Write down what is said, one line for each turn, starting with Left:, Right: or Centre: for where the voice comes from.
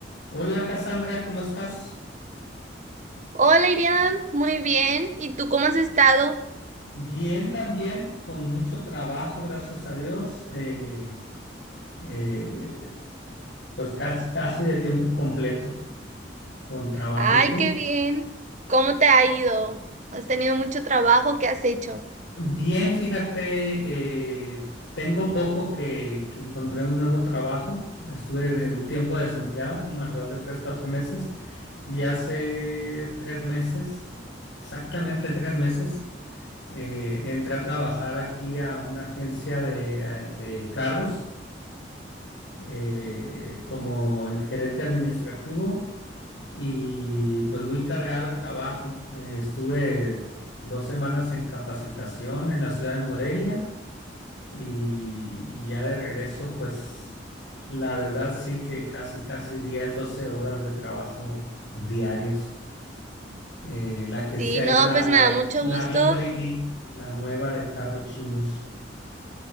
Left: Hola Cassandra, ¿cómo estás?
Right: Hola Iriam, muy bien. ¿Y tú cómo has estado?
Left: Bien también, con mucho trabajo, gracias a Dios. eh, eh, pues casi, casi de tiempo completo con trabajo.
Right: Ay,
Left: ¿Y tú?
Right: qué bien. ¿Cómo te ha ido? ¿Has tenido mucho trabajo? ¿Qué has hecho?
Left: Bien, fíjate, eh, tengo poco que, que encontré un nuevo trabajo. Estuve de- un tiempo desempleado, como alrededor de tres, cuatro meses. Y hace tres meses, exactamente tres meses, eh, entré a trabajar aquí a una agencia de eh, de carros. eh, como gerente administrativo y pues muy cargado el trabajo. Eh, estuve dos semanas en capacitación en la ciudad de Morelia y, y ya de regreso pues la verdad sí que casi casi 10 12 horas de trabajo diarias. Eh, la agencia
Right: Sí, no,
Left: es la,
Right: pues
Left: la,
Right: me da mucho
Left: la
Right: gusto.
Left: B Y D la nueva de cargos chinos.